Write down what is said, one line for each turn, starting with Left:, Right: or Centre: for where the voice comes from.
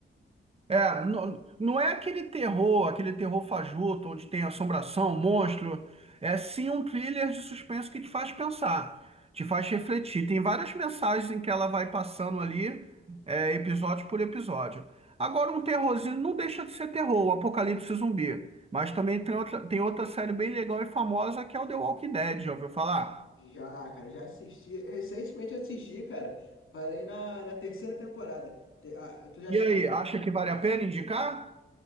Right: É, não, não é aquele terror, aquele terror fajuto, onde tem assombração, monstro. É sim um thriller de suspense que te faz pensar, te faz refletir. Tem várias mensagens em que ela vai passando ali, é, episódio por episódio. Agora, um terrorzinho não deixa de ser terror, o Apocalipse Zumbi. Mas também tem outra, tem outra série bem legal e famosa que é o The Walking Dead, já ouviu falar?
Left: Já, cara, já assisti. Recentemente assisti, cara. Parei na, na terceira temporada. Te- ah, tu já assistiu?
Right: E aí, acha que vale a pena indicar?